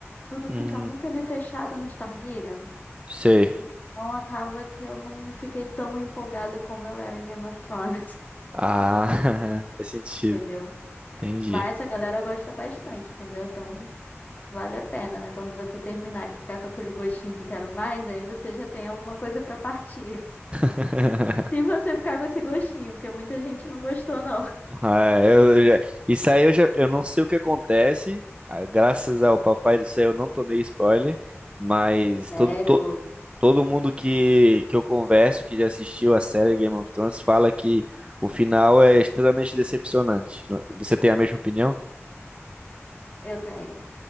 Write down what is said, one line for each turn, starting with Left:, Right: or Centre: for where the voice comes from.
Left: tudo
Right: Hum,
Left: fica muito ali fechado no Targaryen.
Right: sei.
Left: Então acaba que eu não fiquei tão empolgada como eu era em Game of Thrones,
Right: Ah, <laughs> faz sentido.
Left: <laughs> entendeu?
Right: Entendi.
Left: Mas a galera gosta bastante, entendeu? Então vale a pena, né? Quando você terminar, que ficar com aquele gostinho de quero mais, aí você já tem alguma coisa pra partir. <laughs>
Right: <laughs>
Left: Se você ficar com esse gostinho, porque muita gente não gostou, não.
Right: Ah, eu eu já- Isso aí eu já, eu não sei o que acontece. ah, Graças ao Papai do Céu, eu não tomei spoiler, mas
Left: Sério,
Right: todo, to- todo mundo que, que eu converso, que já assistiu a série Game of Thrones, fala que o final é extremamente decepcionante. Você tem a mesma opinião?
Left: eu tenho.